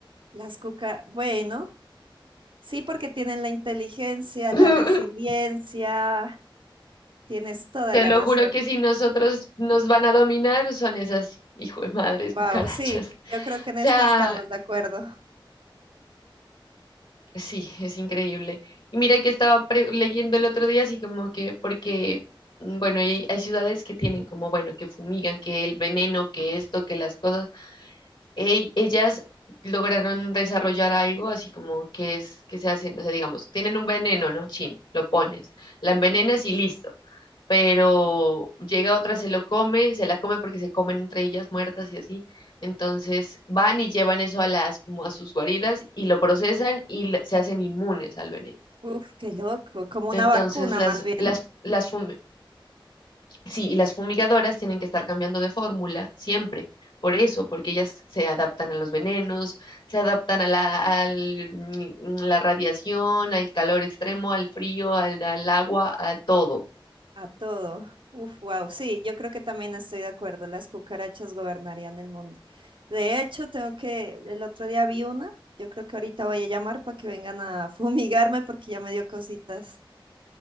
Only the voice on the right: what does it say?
Las cuca, bueno. Sí, porque tienen la inteligencia,
la resiliencia, tienes toda
la
razón.
Wow,
sí, yo creo que en
esta estamos de acuerdo.
Uf, qué loco, como una
vacuna
más bien
a todo. Uf, wow, sí, yo creo que también estoy de acuerdo, las cucarachas gobernarían el mundo. De hecho, tengo que, el otro día vi una, yo creo que ahorita voy a llamar para que vengan a <laughs> fumigarme porque ya me dio cositas.